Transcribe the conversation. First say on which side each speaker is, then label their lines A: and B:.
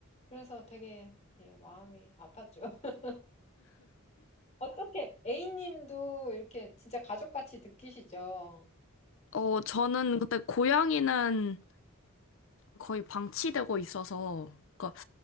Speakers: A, on the left; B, on the left.
A: 그래서 되게 예, 마음이 아팠죠. <laughs> 어떻게 A님도 이렇게 진짜 가족같이 느끼시죠?
B: 어, 저는 근데 고양이는 거의 방치되고 있어서, 그러니까,